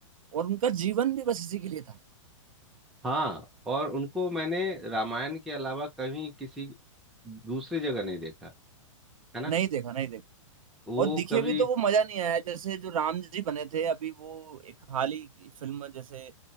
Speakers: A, on the right; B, in the centre.
A: और उनका जीवन भी बस इसी के लिए था
B: हाँ और उनको मैंने रामायण के अलावा कहीं किसी दूसरी जगह नहीं देखा है ना
A: नहीं देखा नहीं देखा
B: वो
A: और दिखे
B: कभी
A: भी तो वो मजा नहीं आया जैसे जो राम जी बने थे अभी वो एक हाल ही की फिल्म जैसे